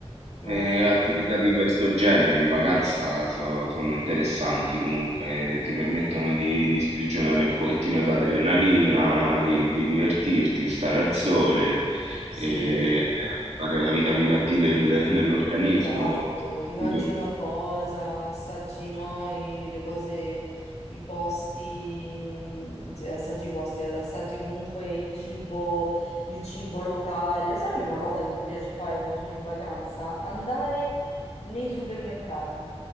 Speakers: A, on the left; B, on the right.
A: No,
B: eh,
A: infatti,
B: attività di questo genere in vacanza so- sono interessanti comunque, ti permettono di, di sprigionare un pochettino d'adrenalina, di, di divertirti, stare al sole,
A: sì.
B: e fare la vitamina D nel- nell'organismo.
A: Esatto, ti mangi
B: Io-
A: una cosa, assaggi noi le cose, i posti, mm, se assaggi i posti, eh, assaggi comunque il cibo, il cibo locale. Sai, a me è una cosa che mi piace fare quando sono in vacanza? Andare nei supermercati